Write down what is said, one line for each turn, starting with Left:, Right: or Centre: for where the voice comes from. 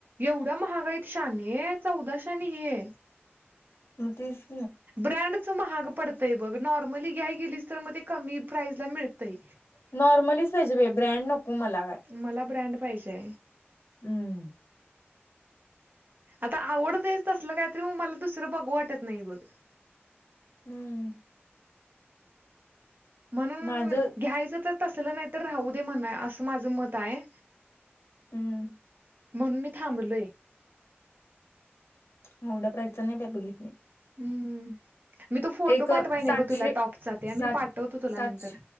Right: एवढा महाग हयात शहाणे ये चौदाशे नि ये
Left: नतीेश.
Right: ब्रँडच महाग पडतय बघ नॉर्मली घ्या गेलीस तर मग ते कमी प्राईजला मिळतय.
Left: नॉर्मली पाहजे बाई ब्रँड नको मला काय
Right: मला ब्रँड पाहिजे
Left: हम्म.
Right: आता आवडत तसलं काहीतरी मग मला दुसरं बघू वाटत नाही बघ.
Left: हम्म.
Right: म्हणून
Left: माझं
Right: घ्यायचं तर असलं नाही तर राहू दे म्हण असं माझ मत आहे.
Left: हम्म
Right: म्हणून मी थांबलोय
Left: एवढ्या प्राइजच नाही बाई बघितली
Right: हम्म. मी तो फोटो
Left: एक
Right: पाठवाय नाही
Left: सातशे
Right: ब तुला टॉपचा ते
Left: सात
Right: मी पाठवतो तुला
Left: सातशे
Right: नंतर